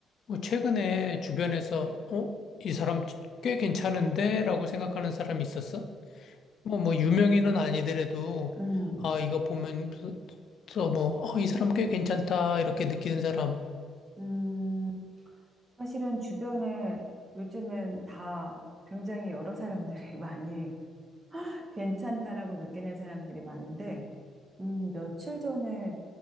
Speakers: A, on the left; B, on the right.
A: 뭐 최근에 주변에서 어? 이 사람 꽤 괜찮은데? 라고 생각하는 사람이 있었어? 뭐, 뭐, 유명인은 아니더라도,
B: 음,
A: 아, 이거 보면, 서 뭐, 어, 이 사람 꽤 괜찮다, 이렇게 느끼는 사람,
B: 음, 사실은 주변에 요즘엔 다 굉장히 여러 사람들이 <laughs> 많이 괜찮다라고 느끼는 사람들이 많은데, 음, 며칠 전에,